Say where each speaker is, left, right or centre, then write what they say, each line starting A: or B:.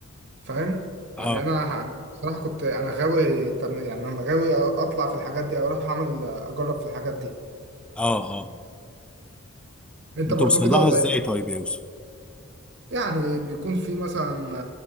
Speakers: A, on the right (about 55°); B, in the centre.
A: فاهم يعني
B: اه
A: أنا ه- صراحة كنت أنا غاوي تم- يعني أنا غاوي أطلع في الحاجات دي أو أروح أعمل آه، أجرب في الحاجات دي
B: اه اه
A: أنت
B: بتوصل
A: برضو كده
B: لها
A: ولا
B: ازاي
A: إيه؟
B: طيب يا يوسف
A: يعني بيكون في مثلا